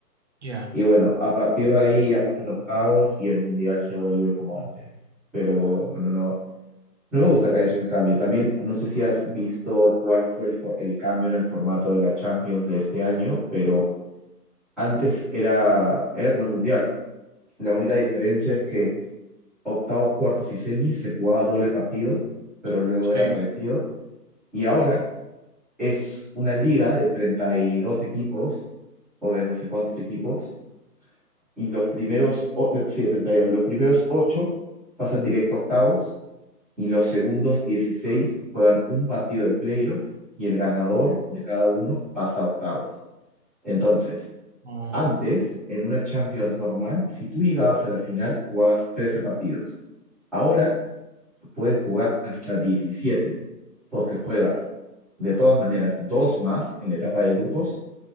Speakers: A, on the right; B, in the centre.
A: Ya,
B: y bueno, a partir de ahí ya pasan octavos y el mundial se vuelve como antes, pero bueno, no, no me gusta que haya ese cambio, también no sé si has visto cuál fue el, for- el cambio en el formato de la Champions de este año, pero antes era, era como el mundial. La única diferencia es que octavos, cuartos y semis se jugaba doble partido, pero luego
A: sí.
B: era parecido. Y ahora es una liga de 32 equipos o de no sé cuántos equipos. Y los primeros, o- de- sí, de 32, los primeros 8 pasan directo a octavos y los segundos 16 juegan un partido de playoff y el ganador de cada uno pasa a octavos. Entonces,
A: Oh,
B: antes, en una Champions normal, si tú llegabas a la final, jugabas 13 partidos. Ahora puedes jugar hasta diecisiete porque juegas de todas maneras dos más en la etapa de grupos